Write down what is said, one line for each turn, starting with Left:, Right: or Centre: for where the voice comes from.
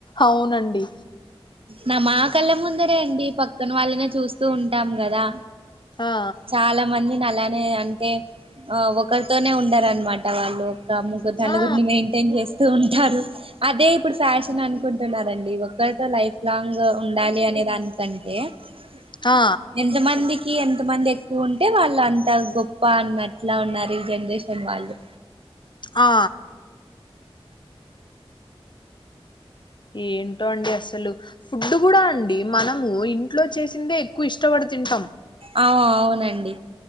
Left: అవునండి
Right: నా మా కళ్ళ ముందరే అండి పక్కన వాళ్ళనే చూస్తూ ఉంటాం కదా
Left: ఆ
Right: చాలా మందిని అలానే అంటే ఆ ఒకరితోనే ఉండరనమాట వాళ్ళు ఒక ముగ్గురు నలుగురిని
Left: ఆ
Right: మెయింటైన్ చేస్ స్తుంటారు అదే ఇప్పుడు ఫ్యాషన్ అనుకుంటున్నారండి ఒక్కరితో లైఫ్ లాంగ్ ఉండాలి అనే దానికంటే ఆ
Left: ఆ
Right: ఎంతమందికి ఎంతమంది ఎక్కువ ఉంటే వాళ్ళు అంత గొప్ప అన్నట్లా ఉన్నారు ఈ జనరేషన్ వాళ్ళు
Left: ఆ ఏంటో అండి అసలు ఫుడ్ కూడా అండి మనము ఇంట్లో చేసిందే ఎక్కువ ఇష్టపడి తింటాం
Right: ఆ అవునండి